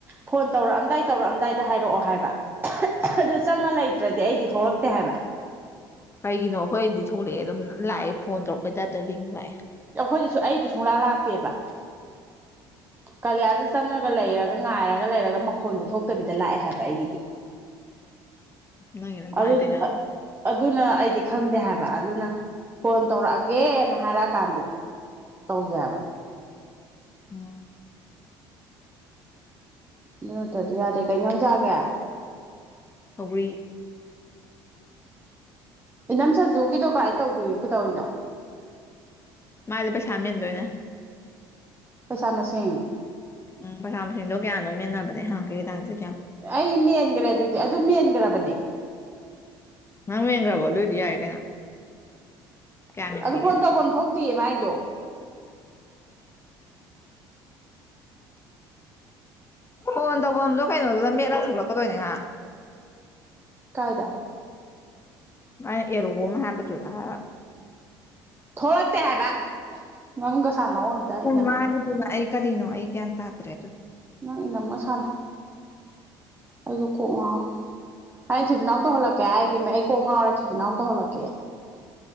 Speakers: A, on the right; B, on the left.
A: ꯐꯣꯟ ꯇꯧꯔꯛꯑꯝꯗꯥꯏ ꯇꯧꯔꯛꯑꯝꯗꯥꯏꯗ ꯍꯥꯏꯔꯛꯑꯣ ꯍꯥꯏꯕ ꯑꯗꯨ ꯆꯪꯉ ꯂꯩꯇ꯭ꯔꯗꯤ ꯑꯩꯗꯤ ꯊꯣꯛꯂꯛꯇꯦ ꯍꯥꯏꯕ
B: ꯀꯩꯒꯤꯅꯣ ꯑꯩꯈꯣꯏꯗꯤ ꯊꯣꯛꯂꯛꯑꯦ ꯑꯗꯨꯝ ꯂꯥꯛꯑꯦ ꯐꯣꯟ ꯇꯧꯔꯛꯄꯩꯇꯥꯔꯦꯗ ꯔꯤꯡ ꯂꯥꯛꯑꯦ
A: ꯑꯩꯈꯣꯏꯗꯁꯨ ꯑꯩꯗꯤ ꯁꯨꯡꯂꯥ ꯂꯥꯛꯇꯦꯕ ꯀꯂ ꯌꯥ ꯑꯗꯨ ꯆꯉꯒꯂ ꯏꯔꯒ ꯉꯥꯏꯔꯒ ꯂꯩꯔꯒ ꯃꯈꯣꯁꯨ ꯊꯣꯛꯇꯕꯤꯗ ꯂꯥꯛꯑꯦ ꯍꯥꯏꯕ ꯑꯩꯒꯤꯗꯤ
B: ꯅꯪꯒꯤꯅ ꯀꯃꯥꯏꯅ
A: ꯑꯗꯨ
B: ꯇꯧꯔꯤꯖꯥꯠꯅꯣ
A: ꯑꯗꯨꯅ ꯑꯩꯗꯤ ꯈꯪꯗꯦ ꯍꯥꯏꯕ ꯑꯗꯨꯅ ꯐꯣꯟ ꯇꯧꯔꯛꯑꯒꯦꯅ ꯍꯥꯏꯔꯛꯑꯀꯥꯟꯗ ꯇꯧꯖꯦꯕ
B: ꯎꯝ
A: ꯑꯗꯨ ꯅꯠꯇꯗꯤ ꯌꯥꯗꯦ ꯀꯩ ꯅꯪ ꯆꯥꯒꯦ
B: ꯁꯧꯒ꯭ꯔꯤ
A: ꯏꯅꯝ ꯁꯥ ꯌ ꯒꯤꯗꯣ ꯀꯃꯥꯏ ꯇꯧꯗꯣꯏ ꯀ ꯇꯧꯔꯤꯅꯣ
B: ꯃꯥꯥꯏꯗ ꯄꯩꯁꯥ ꯃꯦꯟꯗꯣꯏꯅꯦ
A: ꯄꯩꯁꯥ ꯃꯁꯤꯡ
B: ꯎꯝ ꯃꯁꯥ ꯃꯁꯤꯡꯗꯣ ꯀꯌꯥꯅꯣ ꯃꯦꯟꯅꯕꯅꯦ ꯍꯪ ꯀꯩ ꯇꯥꯟꯒꯦ
A: ꯑꯩ ꯃꯦꯟꯈ꯭ꯔꯦ ꯑꯗꯨꯗꯤ ꯑꯗꯨꯝ ꯃꯦꯟꯈ꯭ꯔꯕꯅꯦ
B: ꯅꯪ ꯌꯦꯡꯈ꯭ꯔꯕꯣ ꯑꯗꯨꯑꯣ ꯑꯣꯏꯗꯤ ꯌꯥꯏꯌꯦ ꯀꯩꯅꯣ ꯀꯌꯥ ꯃꯦꯟꯈꯤꯒꯦ
A: ꯑꯗꯨ ꯐꯣꯟ ꯇꯧꯐꯝ ꯊꯣꯛꯇꯤꯌꯦ ꯃꯥꯏꯗꯣ <inaudible>
B: ꯐꯣꯟ ꯇꯧꯐꯝꯗꯣ ꯀꯩꯅꯣꯗꯨꯗ ꯃꯦꯠꯂ ꯁꯂꯛꯀꯗꯣꯏꯅꯦꯍꯥꯛ
A: ꯀꯥꯏꯗ
B: ꯑ ꯑꯦꯔꯣꯒꯝ ꯍꯥꯏꯕꯗꯨꯔ
A: ꯊꯣꯛꯂꯛꯇꯦ ꯍꯥꯏꯕ ꯅꯪꯒ ꯁꯥꯟꯅꯧ ꯑꯝꯇ ꯏꯅꯝ
B: ꯃꯥ ꯑꯗꯨꯅ ꯑꯩꯒꯗꯅꯣ ꯑꯩꯒꯌꯥꯟ ꯍꯥ꯭ꯔꯦ
A: ꯅꯪ ꯏꯅꯝꯒ ꯁꯥꯟꯅꯣ ꯑꯩꯁꯨ ꯀꯣꯛ ꯉꯑꯣ ꯑꯩ ꯊꯣꯏꯕꯤꯅꯥꯎ ꯇꯧꯍꯜꯂꯛꯀꯦ ꯍꯥꯏꯒꯤ ꯑꯩ ꯀꯣꯛ ꯉꯥꯎꯔꯦ ꯊꯣꯏꯕꯤꯅꯥꯎ ꯇꯧꯍꯜꯂꯛꯀꯦ